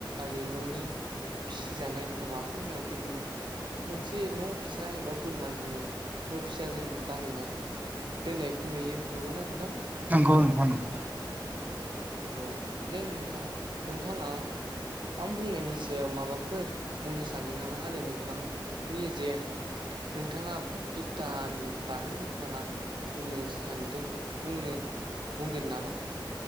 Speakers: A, on the right; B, on the right.
A: आरो न'नि फिसिजानाय अमाफोरनियाव बिदिनो मोनसे न' फिसा एबा बोरमा दिनो न' फिसा जों बानायनानै दोननायखौ नुयो नंगौना नोंथां
B: नंगौ नोंथां नंगौ
A: औ जे नोंथां नोंथाङा आं बुंनायनि सायाव माबाफोर बुंनो सानदों नामा आरो नोंथांनि जे नोंथाङा इटानि बागै नोंथाङा बुंनो सानदों बुंनो बुंगोन नामा